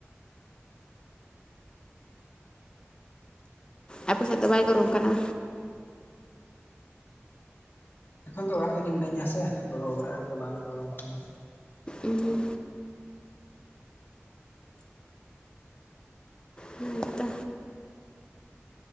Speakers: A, on the left; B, on the left.
A: ᱟᱯᱮ ᱥᱮᱫ ᱫᱚ ᱵᱟᱭ ᱜᱚᱨᱚᱢ ᱠᱟᱱᱟ?
B: ᱮᱠᱷᱚᱱ ᱫᱚ ᱚᱲᱟᱜ ᱨᱮᱜᱮ ᱢᱤᱱᱟᱹᱧᱟ ᱥᱮ ᱟᱫᱚ ᱚᱲᱟᱜ ᱨᱮᱫᱚ ᱵᱟᱝ ᱜᱚᱨᱚᱢ ᱠᱟᱱᱟ᱾
A: ᱩᱸᱩᱸ ᱦᱮᱸ ᱛᱚ